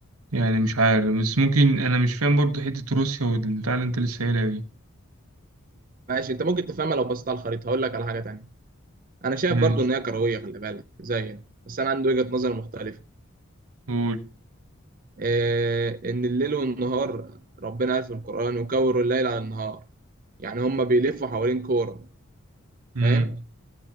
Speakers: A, on the right; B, on the right.
A: يعني مش عارف بس ممكن أنا مش فاهم برضه حتة روسيا والبتاع اللي أنت لسه قايلها دي
B: ماشي أنت ممكن تفهمها لو بصيت على الخريطة هقول لك على حاجة تانية أنا شايف
A: ماشي
B: برضو إن هي كروية خلي بالك زيك بس أنا عندي وجهة نظر مختلفة
A: قول
B: آه، إن الليل والنهار ربنا قال في القرآن وكوروا الليل على النهار يعني هما بيلفوا حوالين كورة
A: مم.
B: فاهم